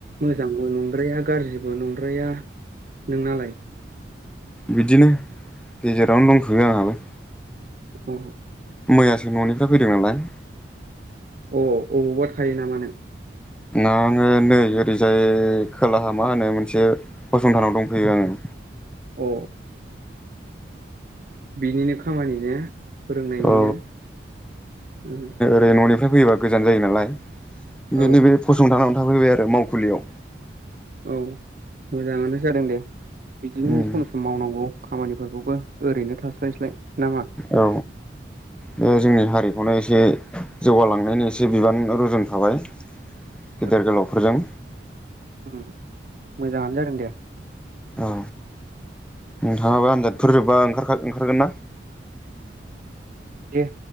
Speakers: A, on the right; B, in the centre.
A: मोजांबो नंद्राया गाज्रिबो नंद्राया। नोंनालाय?
B: बिदिनो गेजेरावनो दंथ'यो आंहाबो।
A: अ।
B: मैयासो न'निफ्राय फैदों नालाय।
A: अ अबावबा थायो नामा नों?
B: आङो नै ओरैजाय खोलाहा मा होनो मोनसे फसंथानाव दंफैयो आङो।
A: अ बिनिनो खामानि ना फोरोंनायनिनो
B: औ
A: ओम
B: बे न'निफ्राय फैयोबा गोजान जायो नालाय
A: औ
B: नैबे फसंथानाव थाफैबाय आरो मावखुलियाव
A: औ मोजाङानो जादों दे बिदिनो
B: उम
A: सम सम मावनांगौ खामानिफोरखौबो ओरैनो थास्लायस्लाय ना मा
B: औ बे जोंनि हारिखौनो एसे जौगालांनायनि एसे बिबान रुजुन खाबाय
A: लांदां
B: गेदेर गोलावफोरजों
A: उम मोजाङानो जादों दे
B: औ नोंथाङाबो आनजादफोर जोबबा ओंखार ओंखारगोन ना
A: दे